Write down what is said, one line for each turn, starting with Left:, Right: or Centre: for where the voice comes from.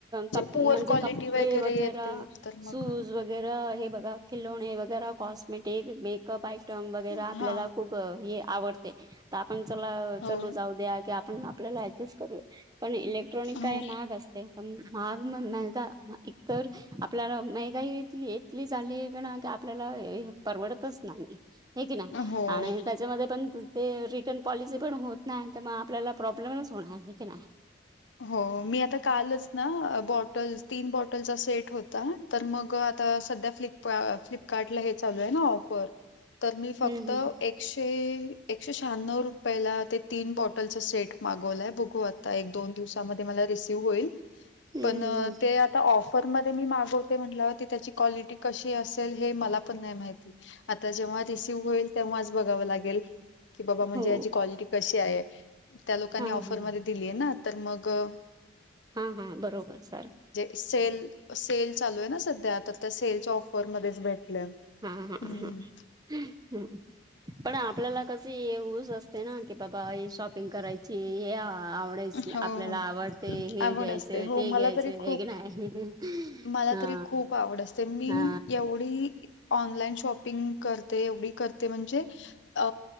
Right: कप
Left: पुअर
Right: म्हणजे
Left: क्वालिटी
Right: कप <inaudible>
Left: वगैरे
Right: <unintelligible> कपडे वगैरा
Left: येते तर
Right: सूट
Left: मग
Right: शूज वगैरा हे बघा खिलोणे वगैरा कॉस्मेटिक मेकअप आयटम वगैरा आपल्याला
Left: हा
Right: खूप हे आवडते तर आपण चला
Left: हो
Right: चलू जाऊ द्या की आप पण आपल्याला ऍडजस्ट करूया पण इलेक्ट्रॉनिक काय
Left: हो
Right: महाग असते पण महाग मग नाही गा म एकतर आपल्याला मेहगाई इतली इतली झाली आहेना पण की आपल्याला ए हे परवडतच नाही हे की नाही
Left: हो
Right: आणि त्याच्यामध्ये पण ते री तेन पॉलिसी पण होत नाही आहे तर मग आपल्याला प्रॉब्लेमच होणार आहे की नाही.
Left: हो मी आता कालच ना बॉटल्स तीन बॉटलचा सेट होता. तर मग आता सध्या फ्लिप-फ्लिपकार्टला हे चालू आहे ना ऑफर. तर मी फक्त
Right: हम्म हम्म
Left: एक एकशे एकशे शहाण्णव रुपयला ते तीन बॉटलचा सेट मागवलाय बघू आत ता एक दोन दिवसामध्ये मला रिसीव्ह होईल
Right: हम्म
Left: पण अ
Right: हम्म
Left: ते आता ऑफ ऑफरमध्ये मी मागवते म्हटल्यावर ती त्याची क्वालिटी कशी असेल हे मला पण नाही माहित. आता जेव्हा रिसीव्ह होईल तेव्हाच बघाव लागेल की, बाबा म्हणजे
Right: हो
Left: याची कॉलिटी कशी आहे त्या लोकांनी
Right: हा
Left: ऑफरमध्ये
Right: हा
Left: दिलीय ना तर मग अ
Right: हम्म हम्म बरोबर सार.
Left: सेल सेल चालू आहे ना सध्या तर त्या सेलच्या ऑफरमध्येच भेटलंय.
Right: हा-हा-हा
Left: हम्म
Right: हम. पण आपल्याला कशी ये ऊस असते ना की बाबा हे शॉपिंग करायची हे आ आवडायचं
Left: हो
Right: आपल्याला आवडतय हे
Left: आवड
Right: घ्यायचंय
Left: असते हो
Right: ते
Left: मला
Right: घ्यायचंय
Left: तरी खूप
Right: आहे की नाही.
Left: मला
Right: हा
Left: तरी खूप आवड असते मी
Right: हा
Left: एवढी ऑनलाइन शॉपिंग करते एवढी करते म्हणजे अ